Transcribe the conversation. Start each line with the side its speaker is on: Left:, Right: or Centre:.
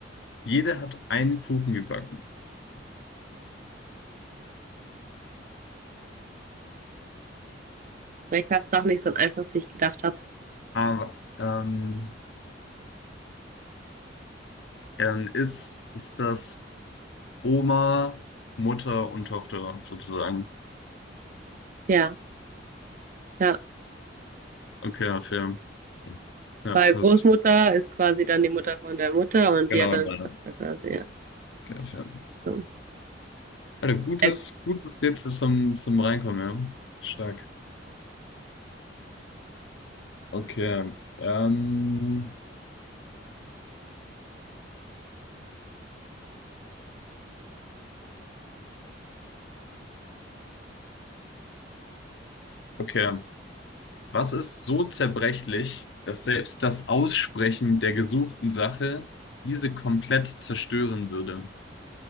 Left: Jeder hat einen Kuchen gebacken.
Right: Vielleicht war doch nicht so einfach, wie ich gedacht habe.
Left: Aber ähm, dann ist, ist das. Oma, Mutter und Tochter sozusagen.
Right: Ja, ja.
Left: Okay, ja, fair. Ja,
Right: Weil
Left: passt.
Right: Großmutter ist quasi dann die Mutter von der Mutter und
Left: Genau,
Right: die hat dann
Left: nein.
Right: eine Tochter quasi, ja.
Left: Okay, fair.
Right: So.
Left: Also gutes,
Right: Äh,
Left: gutes Rätsel zum, zum Reinkommen, ja. Stark. Okay. Ähm, okay. Was ist so zerbrechlich, dass selbst das Aussprechen der gesuchten Sache diese komplett zerstören würde?